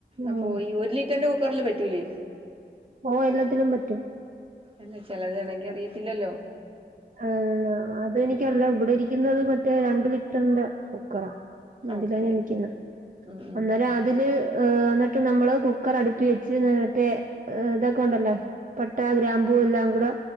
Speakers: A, on the right; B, on the right.
A: ആഹ്
B: അപ്പൊ ഈ ഒരു ലിറ്ററിന്റെ കുക്കറില് പറ്റൂലേ
A: ഓ എല്ലാത്തിനും പറ്റും
B: അല്ല ചിലതാണെങ്കി അറിയത്തില്ലല്ലോ
A: ആ അതെനിക്കറില്ല ഇവിടെ ഇരിക്കുന്നത് മറ്റേ രണ്ട് ലിറ്ററിന്റെ കുക്കറ
B: ആ
A: അതിലഞാവെയ്ക്കുന്നെ
B: ഓക്കെ ഉം ഉം
A: അന്നേരം അതില് <unintelligible> ഹ ന്നിട്ട് നമ്മള് കുക്കർ അടച്ചുവെച്ച് മറ്റേ ഇതൊക്കെ ഉണ്ടല്ലേ പട്ട ഗ്രാമ്പൂ ഗ്രാമ്പു എല്ലാം കൂടെ